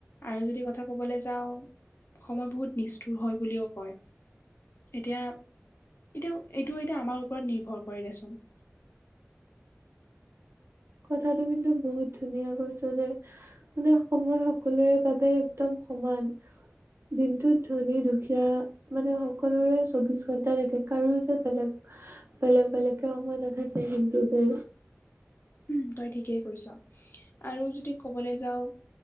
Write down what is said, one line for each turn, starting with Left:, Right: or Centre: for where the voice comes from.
Left: আৰু যদি কথা কবলৈ যাওঁ সময় বহুত নিচ কঠোৰ হয় বুলিও কয়। এতিয়া এইটো এতিয়া আমাৰ ওপৰত নিৰ্ভৰ কৰে দেচোন।
Right: কথাটো কিন্তু বহুত ধুনীয়া কৈছে দে। আপোনাৰ সময় সকলোৰে বাবে একদম সমান। দিনটোত ধনী দুখীয়া মানে সকলোৰে চৌবিশ ঘন্টা থাকে কাৰো যে বেলেগ বেলেগ-বেলেগ কে সময় নাঠাকে কিন্তু তো
Left: উম, তই ঠিকেই কয়চ আৰু যদি কবলৈ যাওঁ